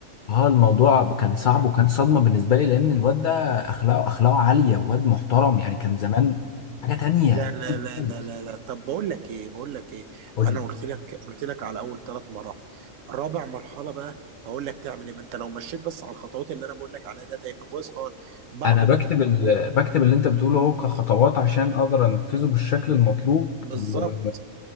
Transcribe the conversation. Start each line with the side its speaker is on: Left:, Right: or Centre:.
Left: اه الموضوع كان صعب
Right: ابيض
Left: وكان صدمه بالنسبه لي لان الواد ده اخلاقه اخلاقه عاليه واد محترم يعني كان زمان حاجه
Right: مم.
Left: تانية
Right: لا
Left: تانية
Right: لا لا
Left: خالص
Right: لا لا لا طب بقول لك ايه بقول لك ايه
Left: قول
Right: انا
Left: لي
Right: قلت لك قلت لك على اول ثلاث مراحل رابع مرحله بقى هقول لك تعمل ايه ما انت لو مشيت بس على الخطوات اللي انا بقول لك عليها ده هيبقى كويس خالص بعد
Left: انا بكتب
Right: ما تقنعوه
Left: ال... بكتب اللي انت بتقوله اهو كخطوات عشان
Right: مم.
Left: اقدر انفذه بالشكل المطلوب
Right: بالظبط
Left: و...